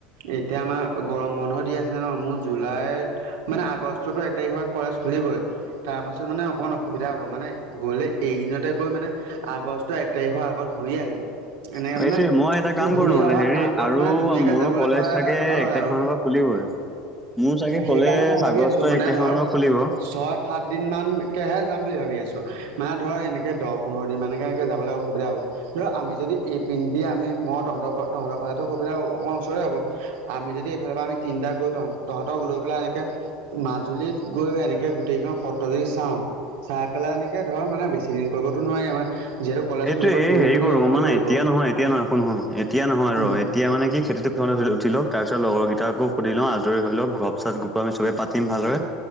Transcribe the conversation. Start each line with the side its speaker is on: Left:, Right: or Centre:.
Right: এতিয়া আমাৰ গৰম বন্ধ দি আছে ন, মোৰ জুলাইত মানে আগষ্টতো এক তাৰিখৰ পৰা কলেজ খুলিবই তাৰ পাছত মানে অকমান অসুবিধা হ'ব। মানে গ'লে এইকেইদিনতে গৈ মানে, আগষ্ট এক তাৰিখৰ আগত ঘূৰি আহি এনেকে
Centre: অ'
Right: মানে
Centre: এইটোয়ে মই এটা কাম
Right: ঘূৰি
Centre: কৰো নহলে,
Right: অহা
Centre: হেৰি
Right: আগত
Centre: আৰু
Right: মানে ধুনীয়াকে
Centre: মোৰো
Right: যাবলৈ
Centre: কলেজ
Right: পালে
Centre: চাগে
Right: ভাল হয়
Centre: এক তাৰিখ
Right: আৰু
Centre: মানৰ পৰা। খুলিবই। ‌মোৰ চাগে
Right: সেইকাৰণে
Centre: ক'লে
Right: মই ভাবি
Centre: আগষ্ট
Right: আছো মানে
Centre: এক তাৰিখ
Right: ধৰ
Centre: মানৰ পৰা খুলিব।
Right: ছয় সাত দিনমান একেৰাহে যাম বুলি ভাবি আছোঁ মানে ধৰ এনেকৈ দহ পোন্ধৰ দিনমানকৈ এনেকৈ যাবলৈ অসুবিধা হ'ব। ধৰ আমি যদি এই পিন্দি, ‌ আমি মই তহঁতৰ ঘৰত তহঁতৰ ফালে টো গৈ পেলাই অকণমান ওচৰে হ'ব। আমি যদি এইফালৰ পৰা আমি তিনিটা গৈ, তহ‌তক তহতক লৈ পেলাই এনেকে। মাজুলীত গৈ এনেকে গো গোটেইকেইখন সত্ৰ যদি চাওঁ চাই পেলাই এনেকে ধৰক মানে বেছি দিন কৰিবতো নোৱাৰি। যিহেতু কলেজ
Centre: সেইটোৱে
Right: খুলিব
Centre: এই
Right: তোৰো
Centre: হেৰি
Right: খুলিব
Centre: কৰো
Right: মোৰো
Centre: মানে
Right: খুলিব
Centre: এতিয়া নহয় এতিয়া নহয় শুন -শুন এতিয়া নহয়
Right: উম,
Centre: ৰ' তেতিয়া মানে কি খেতিটো প্ৰথম উঠি লওক, তাৰপিছত লগৰকেইটাকো সুধি লওঁ আজৰি হৈ লও ঘৰৰ পিছত আমি ছবেই পাতি। পাতিম ভালদৰে।